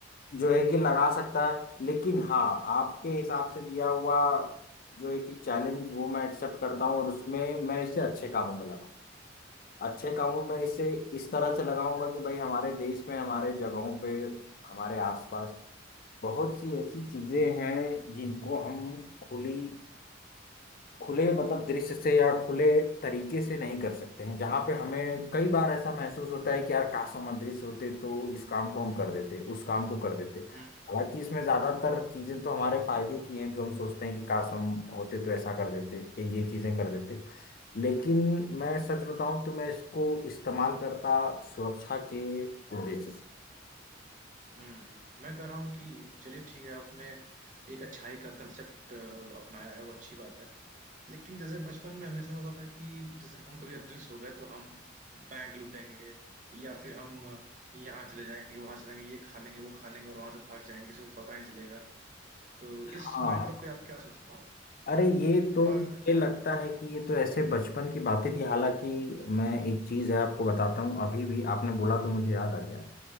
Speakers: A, on the left; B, on the right.
A: जो है कि लगा सकता है लेकिन हाँ आपके हिसाब से दिया हुआ जो है कि चैलेंज वो मैं एक्सेप्ट करता हूँ और उसमें मैं इसे अच्छे कामों में लगा अच्छे कामों में इसे इस तरह से लगाऊंगा कि भाई हमारे देश में हमारे जगहों पे हमारे आसपास बहुत सी ऐसी चीजें हैं जिनको हम खुली खुले मतलब दृश्य से या खुले तरीके से नहीं कर सकते हैं जहां पे हमें कई बार ऐसा महसूस होता है कि यार काश हम अदृश्य होते तो इस काम को हम कर देते उस काम को कर देते
B: हम्म
A: हालांकि इसमें ज्यादातर चीजें तो हमारे फायदे की हैं जो हम सोचते हैं कि काश हम होते तो ऐसा कर देते ये ये चीजें कर देते लेकिन मैं सच बताऊं तो मैं इसको इस्तेमाल करता सुरक्षा के उद्देश्य से
B: हम्म मैं कह रहा हूँ कि चलिए ठीक है आपने एक अच्छाई का कंसेप्ट अपनाया है वो अच्छी बात है लेकिन जैसे बचपन में हमेशा होता था कि जैसे हम कभी अदृश्य हो गए तो हम बैंक लूटेंगे या फिर हम यहाँ चले जाएंगे वहां चले जाएंगे ये खा लेंगे वो खा लेंगे और वहां से भाग जाएंगे किसी को पता ही नहीं चलेगा तो
A: हाँ
B: इस मैटर पे आप क्या सोचते हैं
A: अरे ये तो
B: थोड़ा
A: मुझे
B: हम्म
A: लगता है कि ये तो ऐसे बचपन की बातें थी हालांकि मैं एक चीज है आपको बताता हूँ अभी भी आपने बोला तो मुझे याद आ गया